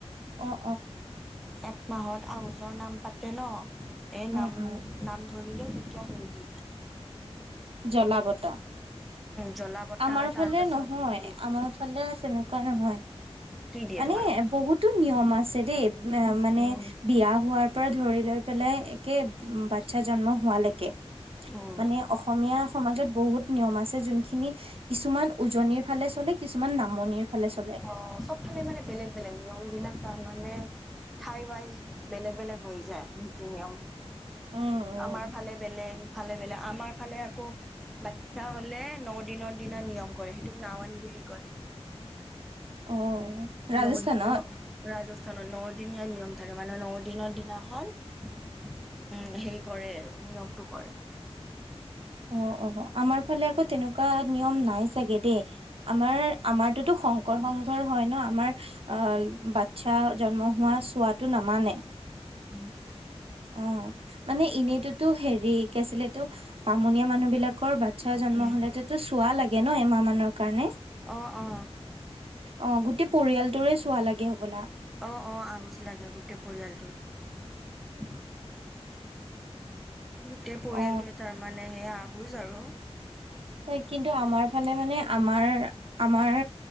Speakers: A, on the right; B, in the centre.
A: অ
B: এক মাহত আউজৰ নাম পাতে ন এই
A: উম,
B: নাম
A: উম,
B: নাম ধৰি <unintelligible>
A: জলা বতা
B: জ্বলা বতা
A: আমাৰ
B: তাৰ
A: ফালে
B: পাছত
A: নহয়
B: উম
A: আমাৰ ফালে তেনেকুৱা তেনেকুৱা নহয়
B: কি দিয়ে
A: মানে
B: তোমালোকক
A: বহুতো নিয়ম আছে দেই মানে
B: উম
A: বিয়া হোৱাৰ পৰা ধৰি লৈ পেলাই একে বাচ্ছা জন্ম হোৱালৈকে
B: অ
A: মানে অসমীয়া সমাজত বহুত নিয়ম আছে যোনখিনি কিছুমান উজনিৰ ফালে চলে কিছুমান নামনিৰ ফালে চলে
B: অ বেলেগ বেলেগ নিয়ম বিলাক তাৰ মানে ঠাই ৱাইজ বেলেগ বেলেগ হৈ যায় নীতি নিয়ম
A: উম, উম।
B: আমাৰ ফালে বেলেগ ভালে হেফালে আমাৰ ফালে আকৌ বাচ্ছা হলে ন দিনত দিনা নিয়ম কৰে সেইটোক নামান বুলি কয়
A: অ ৰাজস্থানত?
B: ল ল ৰাজ ত ন দিনীয়া নিয়ম থাকে মানে ন দিনৰ দিনাখন, উম হেৰি কৰে আৰু নিয়মটো কৰে।
A: অ অ আমাৰ ফালে আকৌ তেনেকুৱা নিয়ম নাই চাগে দেই। আমাৰ আমাৰটোতো শংকৰ সংঘৰ হয় ন, আমাৰ আহ, বাচ্ছা জন্ম হোৱা চোৱাটো নামানে।
B: আৰু
A: অ মানে এনেইতোতো হেৰিকেছিলেতো বামনীয়া মানুহ বিলাকৰ বাচ্ছাৰ
B: উম
A: জন্ম হলেতেতো চোৱা লাগে ন এমাহ মানৰ কাৰণে,
B: অ অ
A: অ গোটেই পৰিয়ালটোৰে চোৱা লাগে হবলা।
B: অ অ আহোজ লাগে গোটেই পৰিয়ালটোৰ। গোটেই পৰিয়ালটোৱে
A: অ
B: তাৰমানে সেই আহোজ আৰু
A: ত কিন্তু আমাৰ ফালে মানে আমাৰ আমাৰ